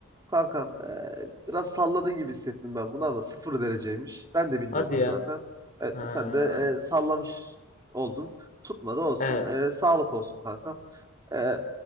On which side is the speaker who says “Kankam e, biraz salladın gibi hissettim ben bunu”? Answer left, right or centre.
Right